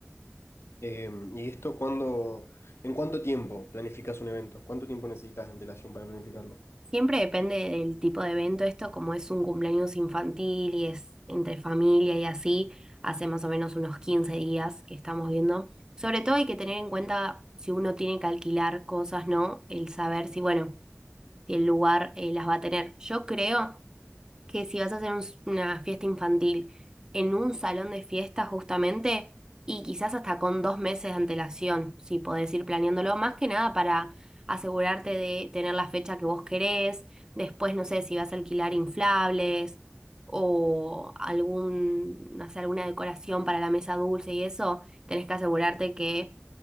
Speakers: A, on the left; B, on the right.
A: Eh, ¿y esto cuándo, en cuánto tiempo planificas un evento? ¿Cuánto tiempo necesitas de antelación para planificarlo?
B: Siempre depende del tipo de evento. Esto, como es un cumpleaños infantil y es entre familia y así, hace más o menos unos 15 días que estamos viendo. Sobre todo hay que tener en cuenta si uno tiene que alquilar cosas, ¿no? El saber si, bueno, si el lugar eh, las va a tener. Yo creo que si vas a hacer un s- una fiesta infantil en un salón de fiesta justamente, y quizás hasta con dos meses de antelación, si podés ir planeándolo, más que nada para asegurarte de tener la fecha que vos querés, después no sé si vas a alquilar inflables o algún, no sé, alguna decoración para la mesa dulce y eso, tenés que asegurarte que